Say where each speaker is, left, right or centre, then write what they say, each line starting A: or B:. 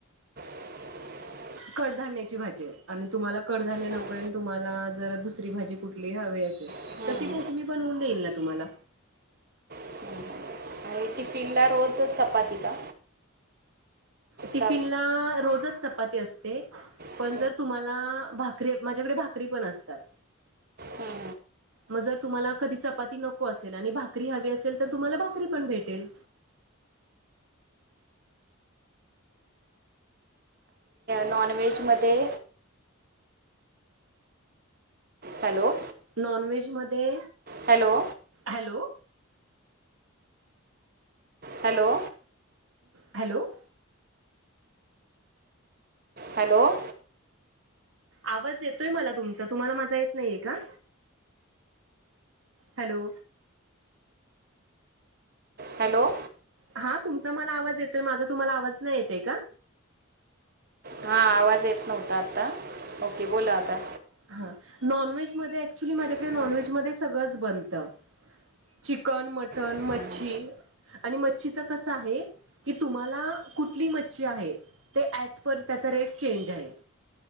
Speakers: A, on the right (about 45°); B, on the right (about 65°).
A: आवाज नाही.
B: कडधान्याची भाजी आहे आणि तुम्हाला कडधान्य नको
A: हं,
B: आहे तुम्हाला जर दुसरी भाजी कुठली हवी असेल.
A: हं,
B: तर
A: हं,
B: ती भाजी मी बनवून देईल ना तुम्हाला?
A: हं. आणि टिफिनला रोज चपाती का?
B: टिफिन
A: का
B: ला रोजच च चपाती असते पण
A: हं,
B: जर तुम्हाला भाकरी माझ्याकडे भाकरी पण असतात.
A: हा.
B: मग जर तुम्हाला कधी चपाती नको असेल आणि भाकरी हवी असेल तर तुम्हाला भाकरी पण भेटेल.
A: नॉनवे्हेजमध्ये हॅलो.
B: नॉन व्जमध्ये
A: hello
B: hello.
A: Hello.
B: Hello.
A: Hello.
B: आवाज येतोय मला तुमचा तुम्हाला माजा येत नाहीय का? हॅलो.
A: हॅलो.
B: हा तुमचा मला आवाज येतोय माझा तुम्हाला आवाज नाही येतय का?.
A: हा आवाज येत नव्हता आता ओके बोला आता
B: हा नॉनव्हेज मध्ये ऍक्च्युली माझ्याकडे
A: हं,
B: नॉनव्हेजमध्येध्ये सगळंच बनतं. चिकन मटण
A: हं.
B: मच्छी आणि मच्छीच कसं आहे की तुम्हाला कुठली मच्छी आहे. ते ॲज पर त्याचा रेट चेंज आहे.